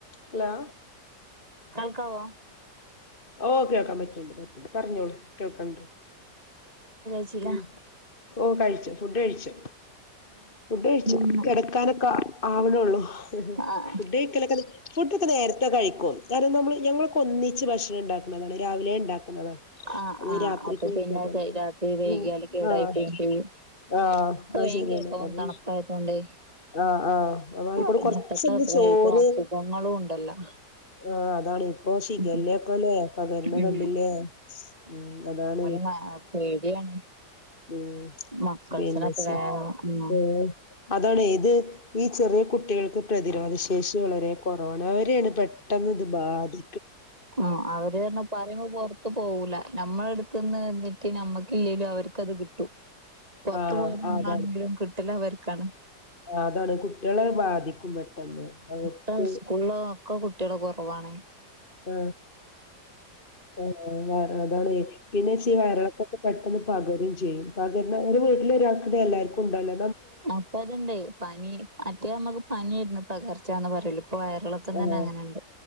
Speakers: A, on the left (about 30°); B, on the right (about 20°).
A: Hello
B: കാൾക്കാവോ?
A: ഓ കേക്കാമ്പറ്റ്ണ്ട്. പറഞ്ഞോളു. കേൾക്കണ്ട്.
B: ച്ചിലഹ്
A: ഉം. ഓ കഴിച്ച്. ഫുഡ് കഴിച്ച്. ഫുഡ് കഴിച്ച്.
B: ഉം
A: കെടക്കാനൊക്ക ആ വ്ണെള്ളു. ഹ് ഹെ
B: ആഹ്
A: ഫുഡയ്ക്കലൊക്ക ഫുഡൊക്ക നേരത്ത കയിക്കും. <unintelligible> നമ്മ്ള് ഞങ്ങളൊക്കൊന്നിച്ച് ഭക്ഷണണ്ടാക്ക്ന്നതാണ്. രാവിലേ ണ്ടാ എന്നത്.
B: ആഹ്
A: അന്നീ
B: ആഹ്
A: രാത്രിക്കും
B: അപ്പൊ പിന്നെ
A: <unintelligible>
B: രാത്രി വൈകിയാല്
A: ഉം.
B: കേടായി
A: ആഹ്
B: പോവും ചെയ്യും
A: ആഹ്.
B: ഇപ്പൊ
A: അഅ്
B: വേഗം
A: ശരിയെന്നെ
B: കേടാവും
A: <unintelligible>
B: തണുപ്പായതോണ്ടേ
A: ആഹ് ആഹ് <unintelligible>
B: പിന്നെ
A: കൊർച്ച്‌ന്ന്
B: ഇപ്പത്തെ
A: ചോറ്
B: ഇപ്പ അസുഖങ്ങളും ഉണ്ടല്ലോ
A: ആഹ്. അതാണ്. ഇപ്പൊ ഷിഗല്ലെയൊക്കല്ലേ
B: ഉം
A: പകര്ന്ന
B: ഉം
A: കണ്ടില്ലേ? ഊം. അതാണ്.
B: ആഹ് അ പേടിയാണ്
A: ഊം <unintelligible>
B: മക്കൾസിനൊക്കെ വേഗം ഉം
A: ആ അതാണേത്‌? ഈ ചെറിയ കുട്ടികൾക്ക് പ്രതിരോധശേഷി വളരേ കൊറ വണ്. അവരേണ് പെട്ടെന്ന്ത് ബാധി
B: ഉം. അവര് <unintelligible> പറീമ്പം പൊറത്ത് പോവൂല. ഞമ്മളട്‌ത്ത്ന്ന് നിറ്റ് നമ്മക് <unintelligible> ലു അവര്ക്കത് കിട്ടു. പൊറ്ത്ത്
A: ആഹ്
B: പോയാലും
A: അതാണ്
B: ന്നാണെങ്കിലും ക് ട്ട ലവര്ക്കാണ്.
A: അതാണ് കുട്ടികളെ ബാധിക്കും പെട്ടെന്ന് അവർക്ക്
B: ട്ട സ്കൂള ഒക്കെ കുട്ടിയാള്കുറ പോവാണ്.
A: ആ ആ അതാണെ പിന്നെച്ച് വയർളക്ക പെട്ടെന്ന് പകരും ചെയ്യും പകരുന്ന ഒരു വീട്ടില ഒരാൾക്ക്ണ്ടായ എല്ലാവർക്കും ഉണ്ടാവ
B: അപ്പ അത്ണ്ടായി പനി മറ്റേ നമ്മക്ക് പനിയായിരന്ന് പകർച്ചാന്ന്ന് പറയല് വയറിളക്കം
A: ആഹ
B: തന്നെ അങ്ങനെണ്ട്